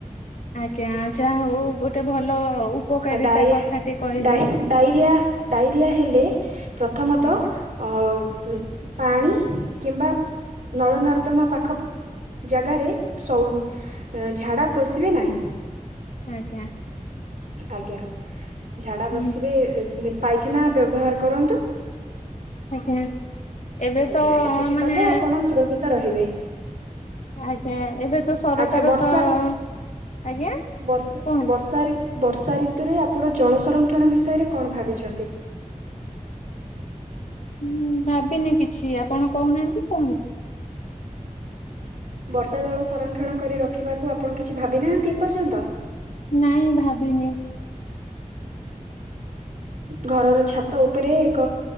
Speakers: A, on the left; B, on the right.
A: ଆଜ୍ଞା ଯାହା ହଉ ଗୋଟେ ଭଲ ଉପକାରିତା
B: ଆ ଡାଇରିଆ
A: କଥାଟି କହିଲେ।
B: ଡାଇ ଡାଇରିଆ, ଡାଇରିଆ ହେଲେ ପ୍ରଥମତ
A: ଆଜ୍ଞା।
B: ଆଉ ପୁଁ-ପାଣି କିମ୍ବା ନଳ ନର୍ଦ୍ଦମା ପାଖ ଜାଗାରେ ସ-ଝାଡ଼ା ପଶିବେ ନାହିଁ।
A: ଆଜ୍ଞା।
B: ଆଜ୍ଞା ଝାଡା
A: ହୁଁ
B: ବସିବେ ପାଇଖେନା ବ୍ୟବହାର କରନ୍ତୁ।
A: ଆଜ୍ଞା ଏବେ
B: ଆଜ୍ଞା
A: ତ
B: ଏତିକି
A: ମାନେ
B: କଲେ ଆପଣ ସୁରକ୍ଷିତ ରହିବେ।
A: ଆଜ୍ଞା ଏବେ ତ ସରକାର
B: ଆଚ୍ଛା ବର୍ଷା
A: ତ-ଆଜ୍ଞା,
B: ବର୍ଷା
A: କୁହନ୍ତୁ।
B: ବର୍ଷା ଋ ବର୍ଷା ଋତୁରେ ଆପଣ ଜଳ ସଂରକ୍ଷଣ ବିଷୟରେ କଣ ଭାବିଛନ୍ତି?
A: ହୁଁ ଭାବିନି କିଛି ଆପଣ କହୁନାହାନ୍ତି କୁହନ୍ତୁ।
B: ବର୍ଷା ଜଳ ସଂରକ୍ଷଣ କରି ରଖିବାକୁ ଆପଣ କିଛି ଭାବି ନାହାନ୍ତି ଏପର୍ଯ୍ୟନ୍ତ?
A: ନାଇଁ ଭାବିନି।
B: ଘରର ଛାତ ଉପରେ ଏକ